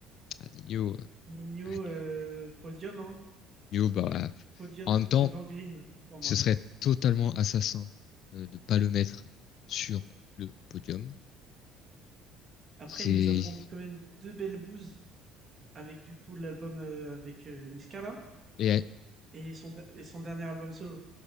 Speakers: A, on the left; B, on the right.
A: Ah, Nino, euh,
B: Nino,
A: ah,
B: euh,
A: Nino.
B: podium, hein.
A: bah, ah,
B: podium
A: en même temps,
B: devant Green pour
A: ce
B: moi.
A: serait totalement assassin euh, de pas le mettre sur le podium.
B: Après,
A: C'est,
B: il nous a pondu quand même deux belles bouses avec du coup l'album euh, avec euh, Niskala
A: et,
B: et son, de- et son dernier album solo.